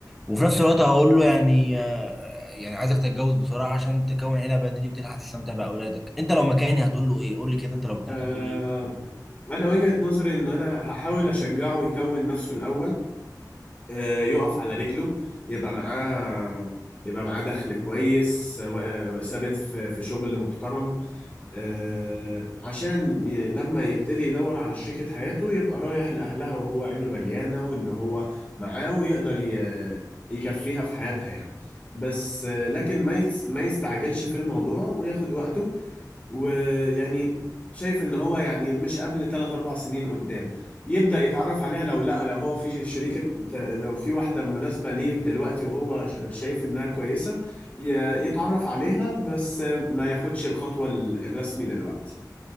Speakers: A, in the centre; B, on the left.
A: وفي نفس الوقت هقول له يعني آه، يعني عايزك تتجوز بسرعه عشان تكون عيله بدري وتلحق تستمتع باولادك انت لو مكاني هتقول له ايه قول لي كده انت لو مكانك
B: آه...
A: هتقول لي ايه
B: انا وجهة نظري ان انا هحاول اشجعه يكون نفسه الاول آه... يقف على رجله يبقى معاه يبقى معاه دخل كويس آه، ثابت في في شغل محترم آه، عشان ي- لما يبتدي يدور على شريكة حياته يبقى رايح لأهلها وهو عينه مليانة وإن هو معاه ويقدر ي- يكفيها في حياتها يعني بس آه، لكن ما يتس- ما يستعجلش في الموضوع وياخد وقته ويعني شايف ان هو يعني مش قبل 3 4 سنين قدام يبدأ يتعرف عليها لو لا لو هو في شريكة لو في واحدة مناسبة ليه دلوقتي وهو ش- شايف انها كويسة ي- يتعرف عليها بس ما ياخدش الخطوة ال- الرسمي دلوقتي